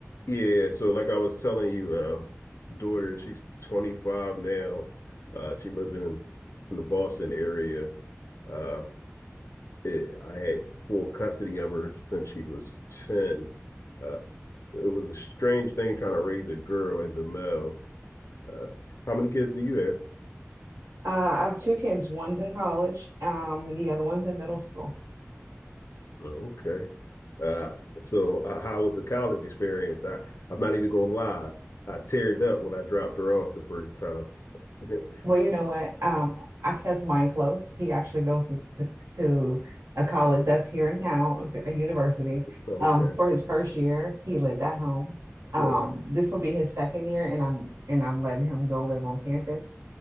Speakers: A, on the left (about 65°); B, on the right (about 80°).
A: Yeah, so like I was telling you, uh, daughter, she's 25 now. Uh, she lived in, in the Boston area. Uh, it, I had full custody of her since she was 10. Uh, it was a strange thing trying to raise a girl as a male. Uh, how many kids do you have?
B: Uh, I have two kids. One's in college, um, the other one's in middle school.
A: Oh, okay. Uh, so uh, how was the college experience? I, I'm not even gonna lie. I teared up when I dropped her off the first time. <laughs>
B: Well, you know what? Um, I kept mine close. He actually goes to, to, to a college that's here in town, a university.
A: Okay.
B: Um, for his first year, he lived at home. Um,
A: You
B: this will be his second year, and I'm and I'm letting him go live on campus.